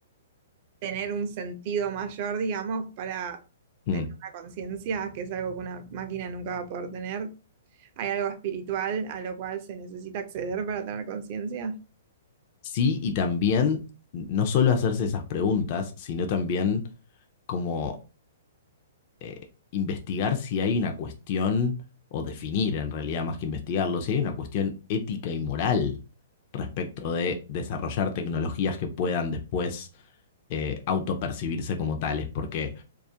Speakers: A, on the right (about 45°); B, on the left (about 40°).
A: tener un sentido mayor, digamos, para
B: Mm.
A: tener una conciencia, que es algo que una máquina nunca va a poder tener, ¿Hay algo espiritual a lo cual se necesita acceder para tener conciencia?
B: Sí, y también no solo hacerse esas preguntas, sino también como eh, investigar si hay una cuestión, o definir en realidad más que investigarlo, si hay una cuestión ética y moral respecto de desarrollar tecnologías que puedan después eh, autopercibirse como tales, porque